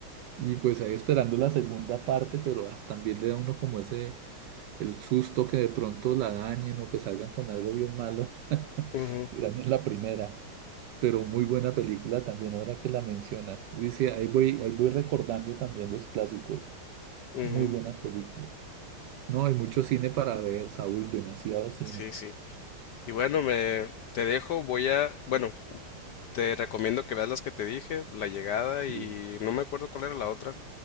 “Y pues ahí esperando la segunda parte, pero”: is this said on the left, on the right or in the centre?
Right